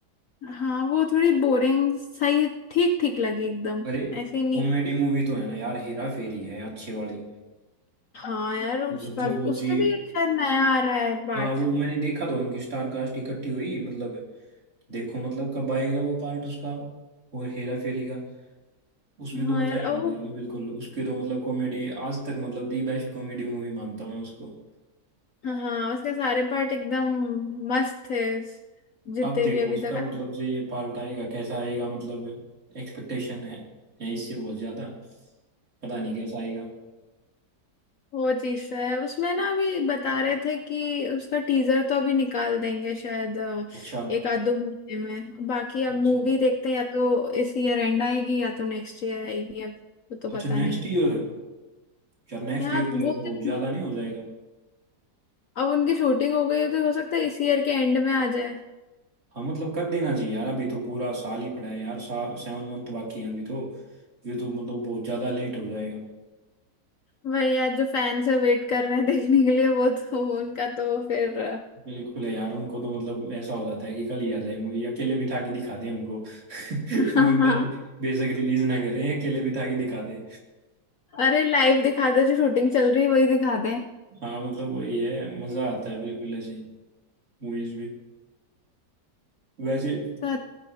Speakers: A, on the left; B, on the right.
A: हाँ वो थोड़ी बोरिंग सही ठीक ठीक लगी एकदम
B: अरे
A: ऐसे ही नहीं
B: कॉमेडी मूवी तो है ना यार हेरा फेरी है अच्छी वाली
A: हाँ यार उसका
B: मतलब जो ओजी
A: उसका भी एक शायद नया आ रहा है पार्ट
B: हाँ वो मैंने देखा था उनकी स्टार कास्ट इकट्ठी हुई मतलब देखो मतलब कब आएगा वो पार्ट उसका और हेरा फेरी का उसमें तो
A: हाँ
B: मजा
A: यार
B: ही
A: ओ
B: आता है बिल्कुल उसकी तो मतलब कॉमेडी आज तक मतलब दी बेस्ट कॉमेडी मूवी मानता हूँ मैं उसको
A: हाँ उसके सारे पार्ट एकदम मस्त थे जितने
B: अब देखो
A: भी अभी
B: उसका
A: तक
B: मतलब जो ये पार्ट आएगा कैसा आएगा मतलब एक्सपेक्टेशन है, है इससे बहुत ज्यादा पता नहीं कैसा आएगा
A: वो चीज है उसमें ना अभी बता रहे थे कि उसका टीजर तो अभी निकाल देंगे शायद अ,
B: अच्छा
A: एक आध दो महीने में बाकी अब
B: अच्छा
A: मूवी देखते हैं या तो इस ईयर एंड आएगी या तो नेक्स्ट ईयर आएगी अब वो तो पता
B: अच्छा नेक्स्ट
A: नहीं
B: ईयर यार नेक्स्ट
A: यार
B: ईयर
A: अब
B: तो
A: वो
B: यार बहुत
A: तो,
B: ज्यादा नहीं हो जाएगा
A: अब उनकी शूटिंग हो गई है तो हो सकता है इस ईयर के एंड में आ जाए
B: हाँ मतलब कर देना चाहिए यार अभी तो पूरा साल ही पड़ा है यार सा, सेवन मंथ बाकी है अभी तो ये तो मतलब बहुत ज्यादा लेट हो जाएगा
A: वही यार जो फैंस है वेट कर रहे हैं देखने के लिए वो तो उनका तो फिर
B: बिल्कुल है यार उनको तो मतलब ऐसा हो जाता है कि कल ही आ जाए मूवी अकेले बिठा के दिखा दे हमको <laughs>
A: <laughs>
B: मूवी बाद बेशक रिलीज ना करें अकेले बिठा के दिखा दे
A: अरे लाइव दिखाते जो शूटिंग चल रही है वही दिखाते हैं
B: हाँ मतलब वही है मजा आता है बिल्कुल ऐसे मूवीज में वैसे
A: सर